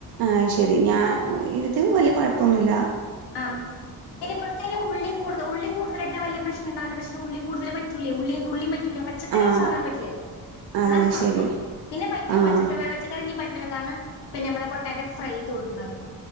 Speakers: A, on the right; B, on the left.
A: ആ ശരി ഞാ ഇത് വല്ല്യ കൊഴ പ്പന്നുല്ല
B: ആ ഇനി ഇവൾക്കയ്ന് ഉള്ളി കൂടുത ഉള്ളി കൂടു- ട്ട വല്യ പ്രശ്നം ണ്ടവൂല പക്ഷെത് ഉള്ള കൂടുതൽ പറ്റു ലെ ഉള്ളി ഉള്ളി ല്ല പച്ചക്കറി
A: ആഹ്
B: ഒരു സാധനം പറ്റുല്ലലോ
A: അത്
B: അതാണ് കൊഴപ്പം
A: ശരി
B: പിന്നെ പറ്റും
A: ആഹ്
B: പച്ചക്കറി പച്ചക്കറി നീ പറ്റ് നേതാണ് പിന്നെ നമ്മെ പൊട്ടറ്റോ ഫ്ര ത് നത്